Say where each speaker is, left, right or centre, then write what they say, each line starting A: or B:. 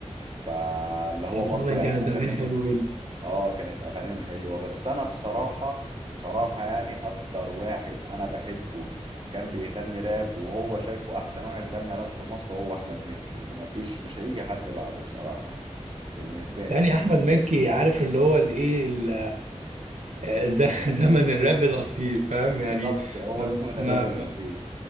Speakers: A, on the right (about 45°); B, on the right (about 85°).
A: فاللي
B: يعني
A: هو برضه
B: فعلا
A: يعني
B: كانت
A: اغانيهم
B: أغاني حلوة جدا
A: اه كانت اغانيهم حلوة بس انا بصراحة بصراحة يعني اكتر واحد انا بحبه كان بيغني راب وهو شايفه احسن واحد غنى راب في مصر هو احمد مكي ومفيش مش هيجي حد بعده بصراحة يعني بالنسبة
B: يعني
A: لي
B: أحمد مكي عارف اللي هو الإيه ال- آه، ز- <laughs> زمن الراب الأصيل فاهم
A: بالظبط
B: يعني
A: هو
B: ما
A: زمن
B: ما
A: الراب الاصيل